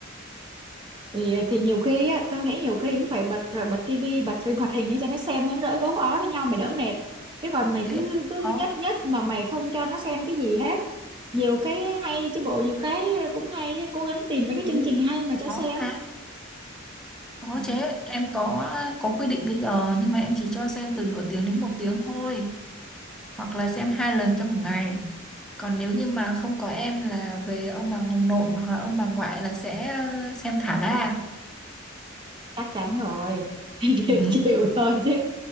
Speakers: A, on the right (about 25°); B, in the centre.
A: thì thì nhiều khi á tao nghĩ nhiều khi cũng phải bật rồi bật tivi bật phim hoạt hình cho nó xem nó đỡ gấu ó với nhau mày đỡ mệt chứ còn mày
B: thì
A: cứ
B: em cũng
A: cứ
B: có
A: nhất nhất mà mày không cho nó xem cái gì hết nhiều cái hay chứ bộ nhiều cái cũng hay cố gắng tìm mấy cái
B: ừ,
A: chương trình hay mà cho
B: có
A: xem
B: à, có
A: ừ,
B: chứ em có có quy định cái giờ nhưng mà em chỉ cho xem từ nửa tiếng đến một tiếng thôi hoặc là xem hai lần trong một ngày còn nếu như mà không có em là về ông bà nội hoặc là ông bà ngoại là sẽ ờ, xem thả ga
A: chắc chắn rồi <laughs> chịu
B: ừ.
A: chịu thôi chứ